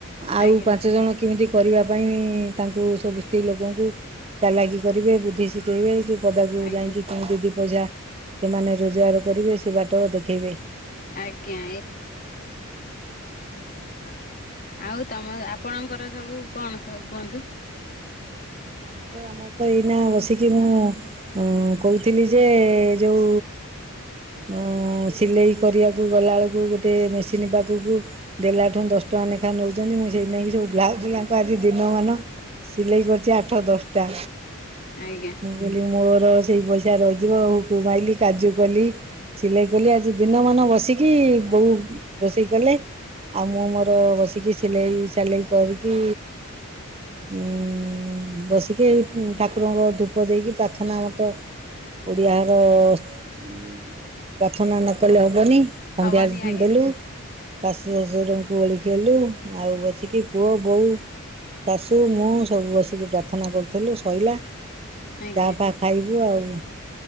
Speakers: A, on the right (about 25°); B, on the left (about 40°).
A: ଆଉ
B: ଆଜ୍ଞା
A: ପାଞ୍ଚଜଣ କେମିତି କରିବା ପାଇଁ, ତାଙ୍କୁ ସବୁ ସ୍ତ୍ରୀ ଲୋକଙ୍କୁ ଚାଲାକି କରିବେ ବୁଦ୍ଧି ଶିଖେଇବେ। ପଦାକୁ
B: ଆଜ୍ଞା
A: ଯାଇକି କିମିତି ଦି ପଇସା ସେମାନେ ରୋଜଗାର । କରିବେ ସେ ବାଟ ଦେଖେଇବେ ।
B: ଆଜ୍ଞା ଆ ଆଉ ତମ ଆପଣଙ୍କର ସବୁ କଣ, ସବୁ କୁହନ୍ତୁ।
A: ଆମର ଆମର ତ ଏଇନା ବସିକି ମୁଁ ଉଁ କହୁଥିଲି ଯେ ଯେଉଁ ଉଁ ସିଲେଇ କରିବାକୁ ଗଲାବେଳକୁ ଗୋଟେ ମେସିନ୍ ପାଖକୁ ଦେଲାଟୁ ଦଶ ଟଙ୍କା ଲେଖାଁ ନଉଚନ୍ତି, ମୁଁ ସେଇ ନେଇକି ସବୁ ବ୍ଲାଉଜ୍ ଗାକ ଆଜି ଦିନମାନ ସିଲେଇ କରୁଚି ଆ ଟ ଦଶଟା।
B: ଆଜ୍ଞା।
A: ମୁ କହିଲି ମୋର ସେଇ ପଇସା ରହିଯିବ, <unintelligible> କାଜୁ କଲି ସିଲେଇ କଲି ଆଜି ଦିନମାନ ବସିକି ବୋଉ ରୋଷେଇ କଲେ ଆଉ ମୁଁ ମୋର ବସିକି ସିଲେଇ ସାଲେଇ କରିକି ଉଁ ବସିକି ଠାକୁରଙ୍କ ଧୂପ ଦେଇକି ପ୍ରାର୍ଥନା ମତ ଓଡ଼ିଆର ପ୍ରାର୍ଥନା ନକଲେ ହବନି ସନ୍ଧ୍ୟା
B: ହବନି ଆଜ୍ଞା
A: ଦେଲୁ। ଶାଶୁ ଶ୍ୱଶୁରଙ୍କୁ ଓଳ ଖେଲୁ ଆଉ ବସିକି ପୁଅ ବୋଉ ଶାଶୁ ମୁ ସବୁ ବସିକି ଥନା କରୁଥିଲୁ ଶୋଇଲା ଚା
B: ଆଜ୍ଞା
A: ଫା ଖାଇବୁ ଆଉ।